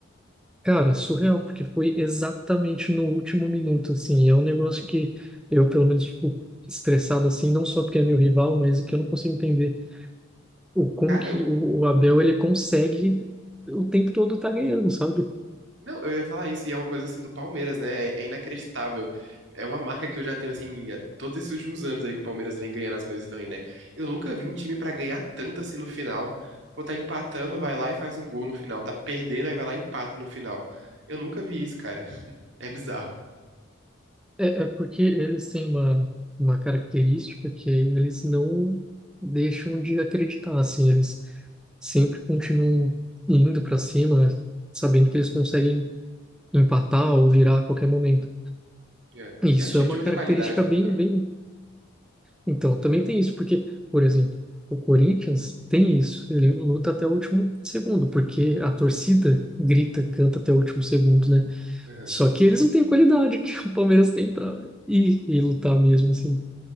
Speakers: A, in the centre; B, on the right.
A: Cara, surreal, porque foi exatamente no último minuto, assim. E É um negócio que eu, pelo menos, fico estressado, assim, não só porque é meu rival, mas que eu não consigo entender o como
B: Cara,
A: que o, o Abel, ele consegue o tempo todo tá ganhando, sabe?
B: Não, eu ia falar isso, e é uma coisa assim do Palmeiras, né? É, é inacreditável. É uma marca que eu já tenho, assim, há todos esses últimos anos aí que o Palmeiras vem ganhando as coisas também, né? Eu nunca vi um time pra ganhar tanto assim no final. Pô, tá empatando, vai lá e faz um gol no final. Tá perdendo, aí vai lá e empata no final. Eu nunca vi isso, cara. <laughs> É bizarro.
A: É, é porque eles têm uma, uma característica que eles não deixam de acreditar, assim. Eles sempre continuam indo para cima, sabendo que eles conseguem empatar ou virar a qualquer momento.
B: É.
A: Isso
B: E é um time
A: é uma
B: de muita
A: característica
B: qualidade, né?
A: bem,
B: Também.
A: bem Então, também tem isso, porque, por exemplo, o Corinthians tem isso, ele luta até o último segundo, porque a torcida grita, canta até o último segundo, né?
B: Aham.
A: Só que eles não têm a qualidade que o Palmeiras tem para ir e lutar mesmo, assim.